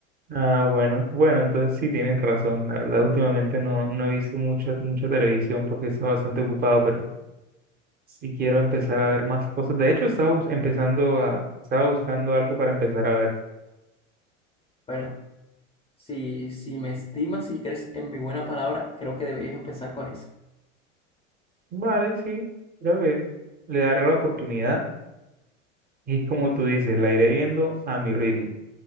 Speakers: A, on the right; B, on the left.
A: Ah, bueno, bueno, entonces sí tienes razón. La verdad, últimamente no, no he visto mucha, mucha televisión porque he estado bastante ocupado, pero sí quiero empezar a ver más cosas. De hecho, estaba bus- empezando a, estaba buscando algo para empezar a ver.
B: Bueno, si, si me estimas y crees en mi buena palabra, creo que deberías empezar con esa.
A: Vale, sí, creo que le daré la oportunidad y como tú dices, la iré viendo a mi ritmo,